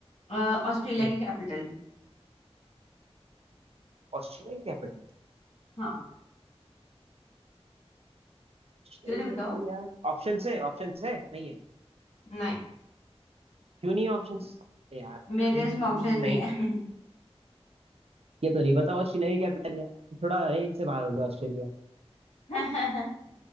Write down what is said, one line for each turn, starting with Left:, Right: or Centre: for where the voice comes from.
Left: अ, ऑस्ट्रेलिया
Right: हम्म,
Left: की कैपिटल
Right: ऑस्ट्रेलियन कैपिटल
Left: हाँ
Right: ऑस्ट्रेलियन
Left: जल्दी
Right: कैपिटल
Left: बताओ
Right: यार ऑप्शन है ऑप्शन है नहीं है
Left: नहीं
Right: क्यों नहीं है ऑप्शन यार
Left: मेरे
Right: हम्म,
Left: इसमें ऑप्शन नहीं
Right: नहीं ये तो नहीं पता ऑस्ट्रेलिया की कैपिटल यार थोड़ा रेंज से बाहर हो गया ऑस्ट्रेलिया
Left: <laughs>